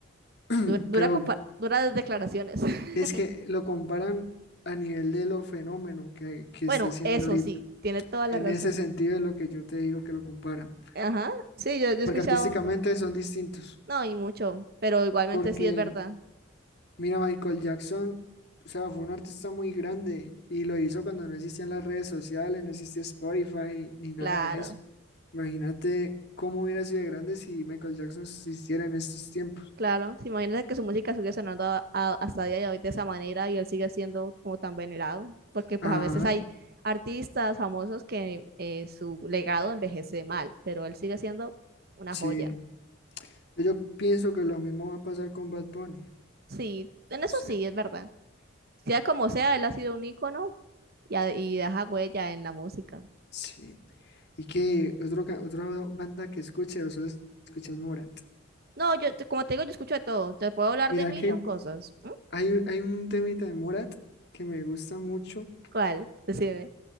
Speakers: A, on the left (about 50°); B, on the right (about 45°).
A: <clears throat>
B: Dura, dura,
A: pero
B: compa- duras declaraciones. <laughs>
A: es que lo comparan a nivel de lo fenómeno que, que
B: Bueno,
A: está haciendo
B: eso
A: ahorita.
B: sí, tiene toda la
A: En
B: razón.
A: ese sentido es lo que yo te digo que lo comparan,
B: Ajá, sí, yo, yo he
A: porque
B: escuchado,
A: artísticamente son distintos,
B: no, y mucho, pero igualmente
A: porque
B: sí es verdad.
A: mira, Michael Jackson, o sea, fue un artista muy grande y lo hizo cuando no existían las redes sociales, no existía Spotify ni nada
B: Claro,
A: de eso. Imagínate cómo hubiera sido de grande si Michael Jackson existiera en estos tiempos.
B: claro. Sí, imagínate que su música sigue sonando a- a- hasta día de hoy de esa manera y él sigue siendo como tan venerado, porque pues
A: Ajá,
B: a veces hay artistas famosos que eh, su legado envejece mal, pero él sigue siendo una
A: sí.
B: joya.
A: Entonces, Yo pienso que lo mismo va a pasar con Bad Bunny.
B: Sí, en eso
A: Sí,
B: sí es verdad. Sea como sea, él ha sido un ícono y, ha- y deja huella en la música.
A: sí. Y que otro, ca- otra banda que escuche o solo escuchas Morat.
B: No, yo, te- como te digo, yo escucho de todo. Te puedo hablar
A: Mira
B: de mil
A: que
B: y un cosas. ¿Mm?
A: hay, un- hay un temita de Morat que me gusta mucho,
B: ¿Cuál? Decime.